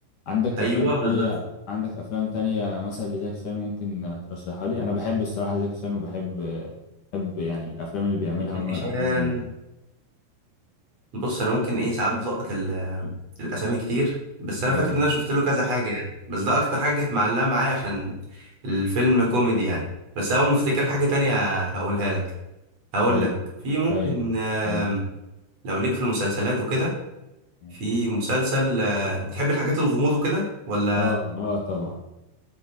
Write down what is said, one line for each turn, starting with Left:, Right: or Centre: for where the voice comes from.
Left: عندك
Right: ايوه
Left: افلام
Right: بالظبط
Left: تانية عندك افلام تانية مثلا لجاكي شان ممكن آه، ترشحها لي انا بحب الصراحة جاكي شان وبحب آه، بحب يعني الافلام اللي بيعملها
Right: جاكي
Left: ونوع
Right: شان.
Left: الافلام اللي بيعملها
Right: بص انا ممكن ايه ساعات بسقط ال- الاسامي كتير بس انا
Left: اه
Right: فاكر ان انا شفت له كذا حاجه يعني بس ده اكتر حاجه كانت معلقه معايا عشان الفيلم كوميدي يعني بس اول ما افتكر حاجه تانية هقولها لك هقول
Left: طيب
Right: لك في ممكن
Left: طيب
Right: آم،
Left: اه
Right: لو ليك في المسلسلات وكده
Left: ماشي.
Right: في مسلسل آه، بتحب الحاجات الغموض وكده ولا
Left: اه آه، طبعا